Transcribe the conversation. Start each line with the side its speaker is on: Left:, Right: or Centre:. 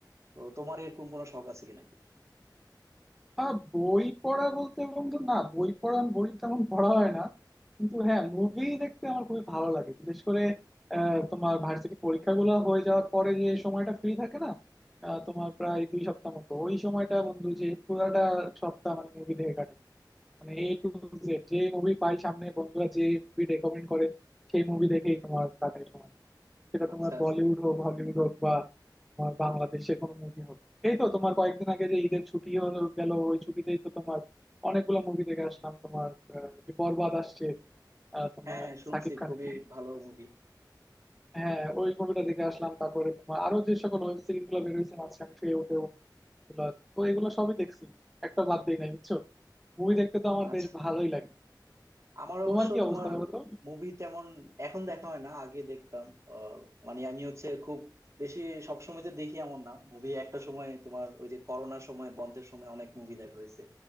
Right: তো তোমার এরকম কোনো শখ আছে কি নাকি
Centre: আহ বই পড়া বলতে বন্ধু না বই পড়া বই তেমন পড়া হয় না কিন্তু হ্যাঁ মুভি দেখতে আমার খুবই ভালো লাগে বিশেষ করে আহ, তোমার ভার্সিটি পরীক্ষাগুলো হয়ে যাওয়ার পরে যে সময়টা ফ্রি থাকে না আহ, তোমার প্রায় দুই সপ্তাহ মতো ওই সময়টা বন্ধু যে পুরাটা সপ্তাহ মানে মুভি দেখে কাটে মানে এ টু জেড যে মুভি পাই সামনে বন্ধুরা যে মুভি রেকমেন্ড করে সেই মুভি দেখেই তোমার কাটাই সময় সেটা
Right: আচ্ছা
Centre: তোমার
Right: আচ্ছা
Centre: বলিউড হোক হলিউড হোক বা তোমার বাংলাদেশের কোনো মুভি হোক এই তো তোমার কয়েকদিন আগে যে ঈদের ছুটি হলো গেল ওই ছুটিতেই তো তোমার অনেকগুলো মুভি দেখে আসলাম তোমার আহ, যে বরবাদ আসছে আহ, তোমার
Right: হ্যাঁ শুনছি
Centre: সাকিব খানের
Right: খুবই ভালো মুভি
Centre: হ্যাঁ ওই মুভিটা দেখে আসলাম তারপরে তোমার আরো যে সকল ওয়েব সিরিজ গুলো বেরোয়েছে মাঝখানে শুয়ে উঠে ওগুলা তো এগুলো সবই দেখছি একটা বাদ দিই নাই বুঝছো মুভি দেখতে তো আমার
Right: আচ্ছা
Centre: বেশ ভালোই লাগে
Right: আমার
Centre: তোমার
Right: অবশ্য
Centre: কি
Right: তোমার
Centre: অবস্থা বলো তো
Right: মুভি তেমন এখন দেখা হয় না আগে দেখতাম আহ, মানে আমি হচ্ছে খুব বেশি সবসময় যে দেখি এমন না মুভি একটা সময় তোমার ওই যে করোনার সময় বন্ধের সময় অনেক মুভি দেখা হয়েছে